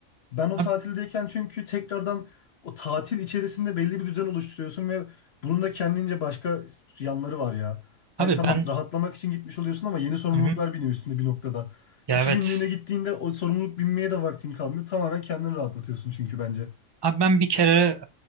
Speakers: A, on the left; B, on the right.
A: Ben o
B: Ab-
A: tatildeyken çünkü tekrardan o tatil içerisinde belli bir düzen oluşturuyorsun ve bunun da kendince başka yanları var ya. Hani
B: Abi
A: tamam
B: ben
A: rahatlamak için gitmiş oluyorsun ama yeni sorumluluklar
B: hı hı.
A: biniyor üstünde bir noktada.
B: Ya
A: İki
B: evet
A: günlüğüne gittiğinde o sorumluluk binmeye de vaktin kalmıyor. Tamamen kendini rahatlatıyorsun çünkü bence.
B: Abi ben bir kere